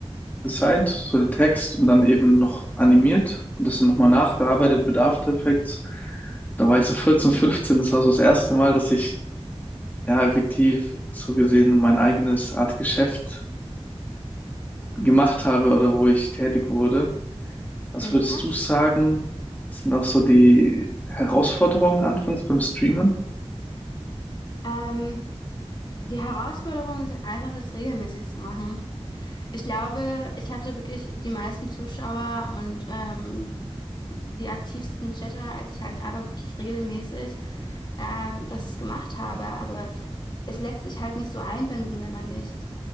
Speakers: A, on the left; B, on the left.
A: gesigned, so den Text und dann eben noch animiert und das dann nochmal nachbearbeitet mit After Effects. Da war ich so 14, 15, das war so das erste Mal, dass ich ja effektiv so gesehen mein eigenes Art Geschäft gemacht habe oder wo ich tätig wurde. Was
B: Ja,
A: würdest
B: krass.
A: du sagen, sind auch so die Herausforderungen anfangs beim Streamen?
B: Ähm, die Herausforderungen sind einfach, das regelmäßig zu machen. Ich glaube, ich hatte wirklich die meisten Zuschauer und ähm, die aktivsten Chatter, als ich halt aber wirklich regelmäßig äh, das gemacht habe. Aber es lässt sich halt nicht so einbinden, wenn man nicht